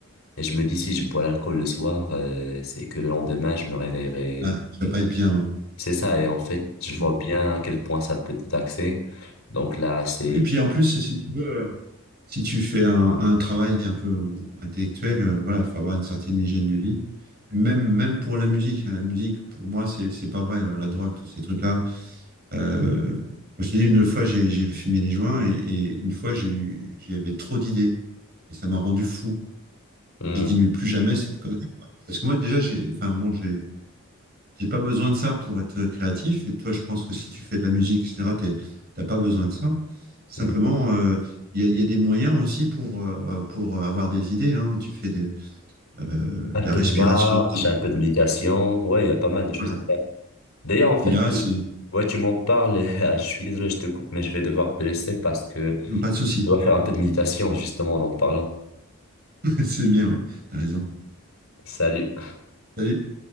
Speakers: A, on the left (about 70°); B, on the right (about 50°).
A: et je me dis si je bois l'alcool le soir, euh, c'est que le lendemain, je me réveillerai.
B: ah, ça va pas être bien,
A: C'est ça, et en fait, je vois
B: ouais.
A: bien à quel point ça peut te taxer. Donc là, c'est...
B: Oui, puis en plus, si tu veux, si tu fais un, un travail un peu intellectuel, euh, voilà, il faut avoir une certaine hygiène de vie. Même, même pour la musique. hein. la musique, pour moi, c'est, c'est pas vrai. euh, La drogue, tous ces trucs-là. Euh, moi, je te dis, une fois, j'ai, j'ai fumé des joints et, et une fois, j'ai eu, j'avais trop d'idées et ça m'a rendu fou.
A: Hmm.
B: J'ai dit, mais plus jamais cette connerie. quoi. Parce que moi, déjà, j'ai, enfin, bon, j'ai, j'ai pas besoin de ça pour être créatif. Et toi, je pense que si tu fais de la musique, etc., t'es- t'as pas besoin de ça. Simplement,
A: hmm,
B: euh, il y a, il y a des moyens aussi pour, euh, pour avoir des idées. hein. Tu fais des, euh,
A: Un
B: de la
A: peu
B: respiration
A: de marche,
B: abdominale.
A: un peu de méditation. Ouais, il y a pas mal de choses
B: Voilà.
A: à faire. D'ailleurs, en fait,
B: Et là, c'est
A: tu- ouais, tu m'en parles. <laughs> Ah, Je suis désolé, je te coupe, mais je vais devoir te laisser parce que
B: pas de souci.
A: je dois faire un peu de méditation, justement, en en parlant.
B: <laughs> C'est bien, ouais. T'as raison.
A: Salut.
B: Salut.